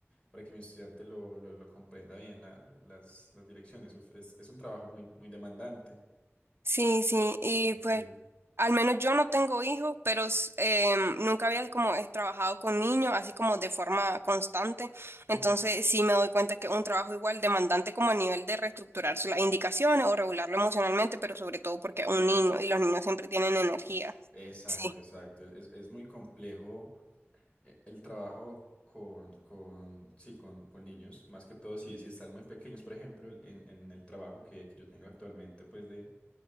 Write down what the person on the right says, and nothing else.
sí, sí. Y
pues al menos yo no tengo hijos, pero s- em, nunca había como es- trabajado con niños, así como de forma constante.
Entonces sí me doy cuenta que es un trabajo igual demandante como a nivel de reestructurar las indicaciones o regularlo emocionalmente, pero sobre todo porque es un niño y los niños siempre tienen energía.
Sí,